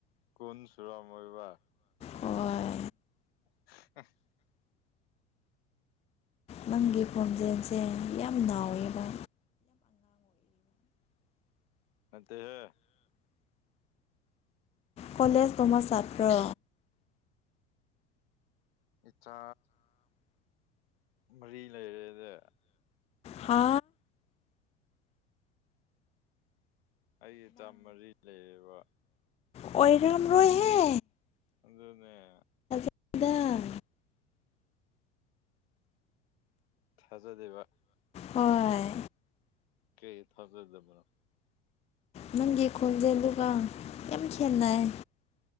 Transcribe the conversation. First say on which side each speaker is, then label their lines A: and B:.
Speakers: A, on the left; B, on the left.
A: ꯀꯣꯟ ꯆꯨꯔꯝ ꯑꯣꯏꯔꯤꯕ
B: ꯍꯣꯏ
A: <unintelligible>
B: ꯅꯪꯒꯤ ꯈꯣꯟꯖꯦꯜꯁꯦ ꯌꯥꯝ ꯅꯥꯥꯎꯋꯦꯕ
A: ꯑꯠꯇ ꯍꯦ
B: ꯀꯂꯦꯖ ꯀꯃ ꯁꯇ꯭ꯔ
A: ꯏꯆꯥ ꯃꯔꯤ ꯂꯩꯔꯦꯗ
B: ꯍꯥ
A: ꯑꯩ ꯆꯥꯝ ꯃꯔꯤ ꯂꯩꯕ
B: ꯑꯣꯏꯔꯝ ꯔꯣꯏꯍꯦ
A: ꯑꯗꯨꯗꯅꯦ
B: ꯗ
A: ꯊꯥꯖꯗꯦꯕ
B: ꯍꯣꯏꯣꯏ
A: ꯀꯩ ꯊꯖꯗꯕ
B: ꯅꯪꯒꯤ ꯈꯣꯟꯖꯦꯜ ꯑꯗꯨꯒꯒ ꯌꯥꯝ ꯈꯦꯠꯅꯩ